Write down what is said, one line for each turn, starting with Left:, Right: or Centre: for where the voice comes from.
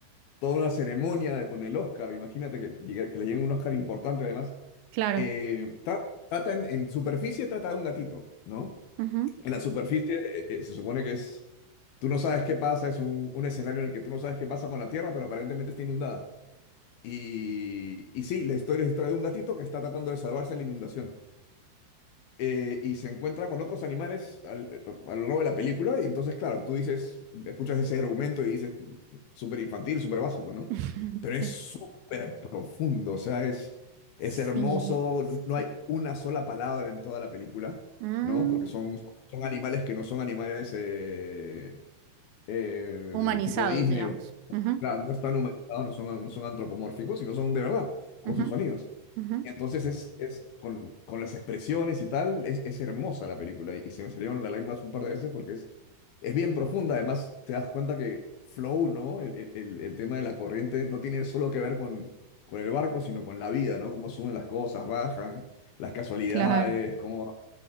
Left: toda una ceremonia con el Oscar, imagínate que, llegue- que le llegue un Oscar importante además.
Right: claro.
Left: Eh, tra- trata en, en superficie, trata de un gatito, ¿no?
Right: ujú.
Left: En la superficie eh, eh, se supone que es, tú no sabes qué pasa, es un, un escenario en el que tú no sabes qué pasa con la Tierra, pero aparentemente está inundada. Y, y sí, la historia es la historia de un gatito que está tratando de salvarse de la inundación eh, y se encuentra con otros animales al, a lo largo de la película. Y entonces, claro, tú dices, escuchas ese argumento y dices, súper infantil, súper básico, ¿no?
Right: <laughs>
Left: Pero
Right: Sí.
Left: es súper profundo, o sea, es, es
Right: Sí.
Left: hermoso. No hay una sola palabra en toda la película,
Right: Mm,
Left: ¿no? Porque son, son animales que no son animales eh, eh,
Right: Humanizados,
Left: tipo Disney
Right: digamos.
Left: o
Right: Ujú,
Left: Claro, no están humanizados, no son, no son antropomórficos, sino son de verdad, con
Right: ujú,
Left: sus sonidos.
Right: ujú.
Left: Entonces es, es con, con las expresiones y tal, es, es hermosa la película y, y se me salieron las lágrimas un par de veces porque es, es bien profunda. Además, te das cuenta que flow, ¿no? El, el- el- el tema de la corriente no tiene solo que ver con, con el barco, sino con la vida, ¿no? Cómo suben las cosas, bajan, las casualidades,
Right: Claro.
Left: cómo...